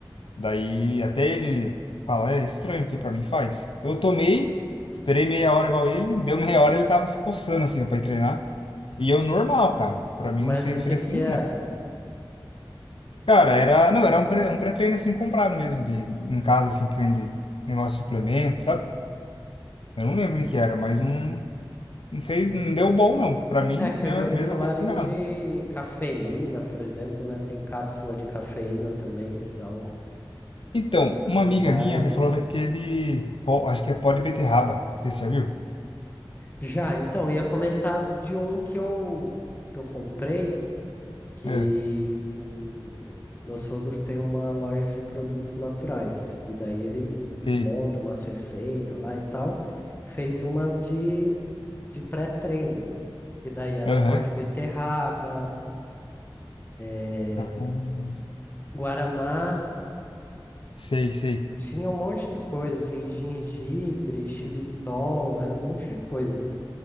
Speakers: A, on the left; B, on the left.
A: Daí até ele fala, é estranho o que pra mim faz. Eu tomei, esperei meia hora igual ele, deu meia hora ele tava se coçando assim ó, pra ir treinar. E eu normal, cara. Pra mim
B: Mas
A: não fez
B: o
A: diferença
B: que que
A: nenhuma.
B: era?
A: Cara, era, não, era um pré, um pré-treino assim comprado mesmo, de, em casa assim que vende negócio de suplemento, sabe? Eu não lembro o que que era, mas não, não fez,
B: Hum.
A: não deu bom não. Pra mim,
B: É que
A: mesma
B: eu já ouvi
A: mesma
B: falarem
A: coisa que nada.
B: de cafeína, por exemplo, né? Tem cápsula de cafeína também que dá um,
A: Então, uma
B: um
A: amiga
B: gás
A: minha me
B: assim.
A: falou daquele, pó- acho que é pó de beterraba, não sei se você já viu?
B: Já, então, ia comentar de um que eu que eu comprei, que
A: É,
B: o meu sogro tem uma loja de produtos naturais e daí ele
A: sei,
B: monta uma receita lá e tal, fez uma de de pré-treino, que daí era
A: aham,
B: pó de beterraba, é,
A: Hum,
B: guaraná
A: sei, sei,
B: Tinha um monte de coisa, assim, gengibre, xilitol, era um monte de coisa.